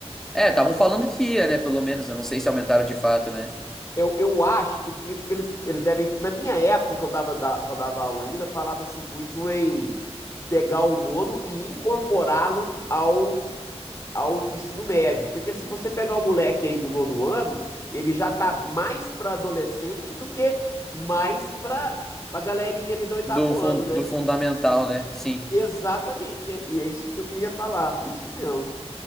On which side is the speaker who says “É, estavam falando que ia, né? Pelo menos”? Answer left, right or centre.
Centre